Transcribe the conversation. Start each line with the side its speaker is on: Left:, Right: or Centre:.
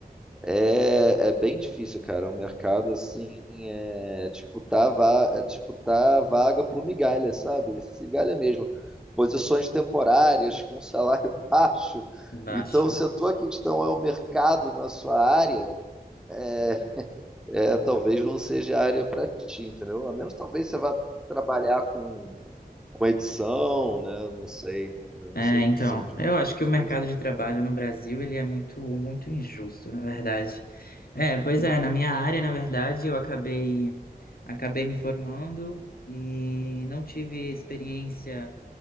Centre: é, é bem difícil, cara. O mercado, assim, é disputar, va é disputar vaga por migalha, sabe? Migalha mesmo. Posições temporárias, com salário <laughs> baixo.
Left: Baixo.
Centre: Então, se a tua questão é o mercado na sua área, é, é, talvez não seja a área para ti, entendeu? A menos talvez você vá trabalhar com com edição, né? Não sei, eu
Left: É,
Centre: não sei
Left: então,
Centre: edição de livro,
Left: eu acho que o mercado
Centre: coisa.
Left: de trabalho no Brasil ele é muito, muito injusto, na verdade. É, pois é, na minha área, na verdade, eu acabei, acabei me formando e não tive experiência